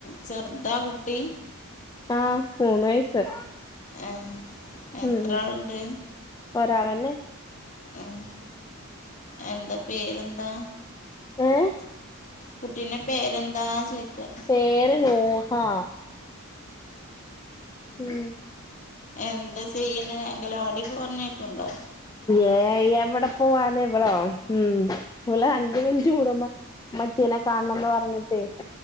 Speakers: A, on the left (about 35°); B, on the left (about 15°).
A: ചെറുതാ കുട്ടി
B: ആഹ് മൂന്ന് വയസ്സ്
A: എം എത്ര
B: ഉം ഉം
A: ആൾണ്ട്
B: ഒരാളന്നെ
A: ഉം എന്താ പേരെന്താ
B: ഏഹ്
A: കുട്ടീന്റെ പേരെന്താ ചോയ്ക്ക
B: പേര് നൂഹാ ഉം
A: എന്താ ചെയ്യ്ണ് അങ്കലവാടിക്ക് പറഞ്ഞയ്ക്ക്ണ്ടോ
B: ഏ എവ്ടെ പോവാന് വളോ ഉം ഇവൾ അഞ്ച് മിൻറ്റ് കൂടുമ്പ മ്മച്ചീനെ കാണണന്ന് പറഞ്ഞിട്ടേ